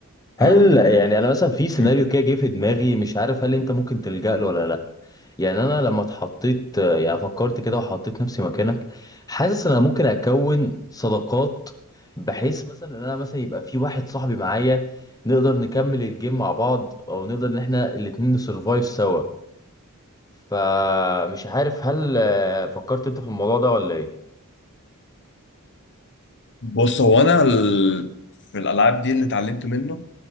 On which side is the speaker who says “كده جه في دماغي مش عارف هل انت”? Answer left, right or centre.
Left